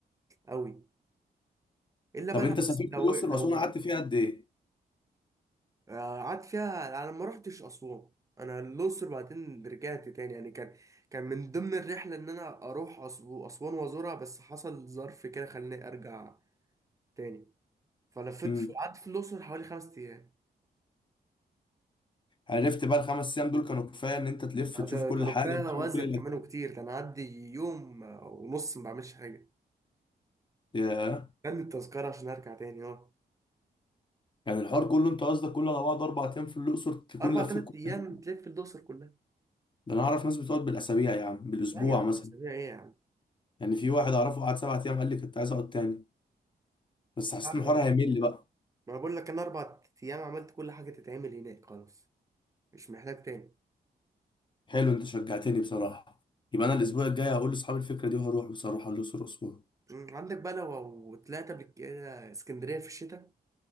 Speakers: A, on the right; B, on the left.
A: أوي إلا
B: طب
A: بقى
B: انت
A: لما-
B: سافرت
A: لو
B: الاقصر
A: لو
B: واسوان قعدت فيها قد ايه
A: آه، قعدت فيها أنا ما رحتش أسوان أنا الأقصر بعدين رجعت تاني يعني كان كان من ضمن الرحلة إن أنا أروح أس- أسوان وأزورها بس حصل ظرف كده خلاني أرجع تاني فلفت
B: امم
A: في قعدت في الأقصر حوالي خمس أيام
B: عرفت بقى الخمس ايام دول كانوا كفاية ان انت تلف
A: آه،
B: تشوف
A: كان-
B: كل
A: كانوا
B: حاجة
A: كفايه
B: وتعمل
A: وزن
B: كل
A: كمان وكتير كان عدي يوم آه، ونص ما بعملش حاجه
B: الاكتيفيتي
A: كان التذكره عشان ارجع تاني اه
B: يعني الحوار كله انت قصدك كله على بعض اربع ايام في الاقصر تكون
A: اربع
B: لفيت
A: تلات
B: كل
A: ايام
B: حاجة؟
A: تلف الدوسر كلها
B: ده انا اعرف ناس بتقعد بالاسابيع يا عم بالاسبوع
A: لا يا عم
B: مثلا
A: اسابيع ايه يا عم
B: يعني في واحد اعرفه قعد سبع ايام قال لي كنت عايز اقعد تاني بس حسيت
A: لا، أنا-
B: ان الحوار هيمل
A: ما
B: بقى
A: أنا بقول لك انا اربع ايام عملت كل حاجه تتعمل هناك خلاص مش محتاج تاني
B: حلو انت شجعتني بصراحه يبقى انا الاسبوع الجاي هقول لاصحابي الفكره دي وهروح بصراحه الاقصر اسبوع
A: أمم، عندك بقى لو طلعت قبل كده اسكندريه في الشتاء